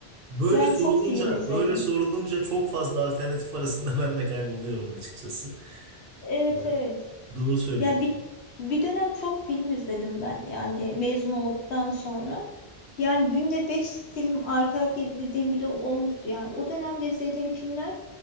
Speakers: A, on the right; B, on the left.
A: böyle
B: ben
A: sorulunca
B: çok film izledim.
A: böyle sorulunca çok fazla alternatif arasında <laughs> ben de kayboluyorum açıkçası.
B: Evet
A: E,
B: evet.
A: doğru söylüyorsun.
B: Ya bir bir dönem çok film izledim ben yani mezun olduktan sonra. Yani günde 5 film arka arka izlediğim bile olmuştu. Yani o dönemde izlediğim filmler